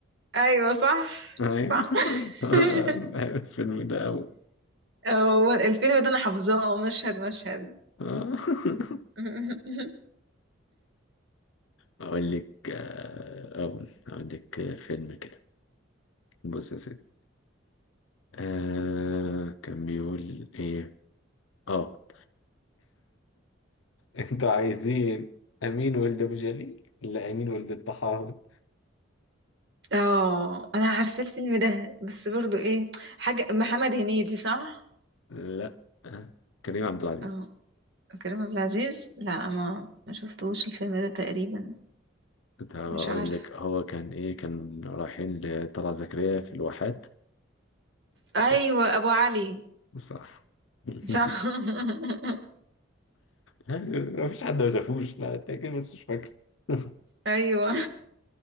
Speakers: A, on the right; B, on the left.
A: ايوه صح
B: ايوه
A: صح <laughs>
B: <laughs> بحب الفيلم ده أوي
A: هو الفيلم ده انا حافظاه مشهد مشهد
B: <laughs>
A: <laughs>
B: أقول لك آه، أقول أقول لك فيلم كده بص يا سيدي آه كان بيقول إيه آه أنتوا عايزين أمين ولد أبو جليل ولا أمين ولد الطحاوي؟
A: اه انا عارفه الفيلم ده بس برضو ايه حاجه محمد هنيدي صح
B: لا آه، كريم عبد العزيز
A: اه كريم عبد العزيز لا ما ما شفتوش الفيلم ده تقريبا
B: كنت هقول
A: مش عارف
B: لك هو كان إيه كان رايحين لطلعت زكريا في الواحات
A: ايوه
B: عشان
A: ابو علي
B: بصراحة <laughs>
A: صح <laughs>
B: لا مفيش حد ما شافوش لا أنت أكيد بس مش فاكر <laughs>
A: ايوه